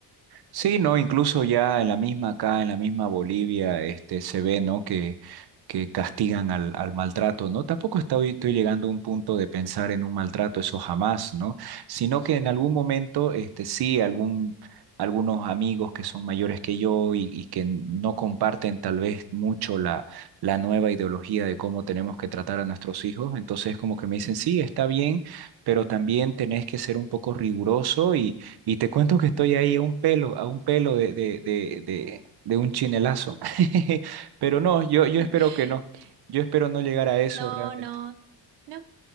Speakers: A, on the right; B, on the right.
A: Sí, no, incluso ya en la misma acá, en la misma Bolivia, este, se ve, ¿no? Que, que castigan al, al maltrato, ¿no? Tampoco estoy, estoy llegando a un punto de pensar en un maltrato, eso jamás, ¿no? Sino que en algún momento, este, sí, algún, algunos amigos que son mayores que yo y, y que no comparten tal vez mucho la, la nueva ideología de cómo tenemos que tratar a nuestros hijos, entonces como que me dicen, sí, está bien, pero también tenés que ser un poco riguroso y y te cuento que estoy ahí a un pelo, a un pelo de, de, de, de, de un chinelazo. <laughs> Pero no, yo, yo espero
B: <laughs>
A: que no. Yo espero no llegar a eso
B: No,
A: realmente.
B: no, no,